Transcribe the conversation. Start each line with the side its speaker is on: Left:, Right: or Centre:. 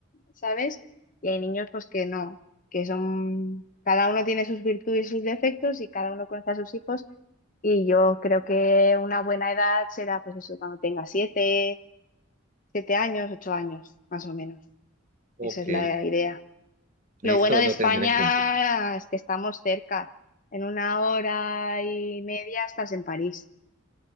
Left: ¿sabes? Y hay niños pues que no, que son, cada uno tiene sus virtudes y sus defectos y cada uno conoce a sus hijos y yo creo que una buena edad será pues eso, cuando tenga siete, siete años, ocho años, más o menos.
Right: Ok,
Left: Esa es la idea.
Right: listo,
Left: Lo bueno de
Right: lo
Left: España
Right: tendré en cuenta.
Left: es que estamos cerca. En una hora y media estás en París.